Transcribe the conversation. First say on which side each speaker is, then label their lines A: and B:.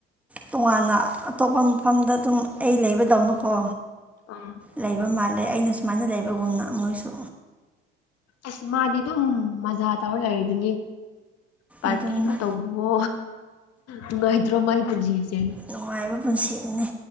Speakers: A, in the centre; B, on the left (about 55°).
A: ꯇꯣꯉꯥꯟꯅ ꯑꯇꯣꯞꯄ ꯃꯐꯝꯗ ꯑꯗꯨꯝ ꯑꯩ ꯂꯩꯕꯗꯧꯅꯀꯣ
B: ꯑꯥ
A: ꯂꯩꯕ ꯃꯥꯜꯂꯦ ꯑꯩꯅ ꯁꯨꯃꯥꯏꯅ ꯂꯩꯕꯒꯨꯝꯅ ꯃꯣꯏꯁꯨ
B: ꯑꯁ ꯃꯥꯗꯤ ꯑꯗꯨꯝ ꯃꯖꯥ ꯇꯧꯔ ꯂꯩꯔꯤꯗꯨꯅꯤ ꯄꯥꯔꯇꯤ
A: ꯑꯗꯨꯅ
B: ꯑꯃꯧꯕꯣ ꯅꯨꯡꯉꯥꯏꯇ꯭ꯔꯣ ꯃꯥꯏ ꯄꯨꯟꯁꯤꯁꯦ
A: ꯅꯨꯡꯉꯥꯏꯕ ꯄꯨꯟꯁꯤ ꯑꯃꯅꯤꯅꯦ